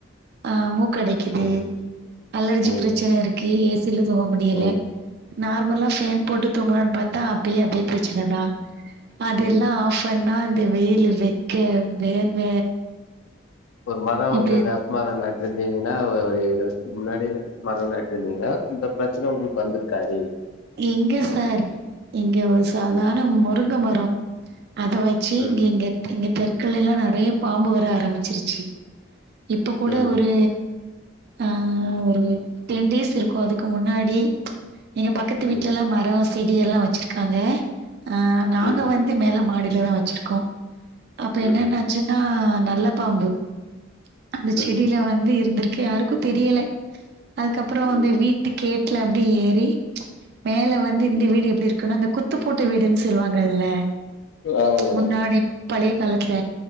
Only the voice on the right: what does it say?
அ மூக் கடைக்குது
அலர்ஜி
பிரச்சன இருக்கு தில்லு தூங்க முடியல
நார்மல் ஆஃப் ஃபேன் போட்டு தூங்கலான்னு பாத்தா அப்பயே அதே பிரச்சனதா அது எல்லா
ஆஃப் அண் நா அந்த வெயில் வெக்க வேர்வ
இப்டி
எங்க சார் இங்க ஒரு சாதார்ண
முருங்க மரோ அத வச்சு
இங்கெங்க எங்க தெருக்களெல்லாம் நிறைய பாம்பு வர ஆரம்பிச்சிருச்சு இப்ப கூட
ஒரு ஆஹ் ஒரு டென் டேஸ் இருக்கும் அதுக்கு முன்னாடி <unintelligible> வீட்டுலெல்லாம்
மரம் செடியெல்லாம் வச்சிருக்காங்க ஆஹ் நாங்க
வந்து மேல மாடு தெனோ வெச்சிருக்கோ அப்ப என்னென்னாச்சுனா
நல்ல பாம்பு அந்த
செடியில வந்து இருந்துருக்கு யாருக்கும் தெரியல அதுக்கப்புறம் வந்து
வீட்டு கே ல அப்படி ஏறி <unintelligible> மேல வந்து இந்த
வீடு எப்டி இருக்குன்னு அந்த குத்துப்போட்ட வீடுன்னு சொல்லுவாங்கல
முன்னாடி பழைய காலத்துல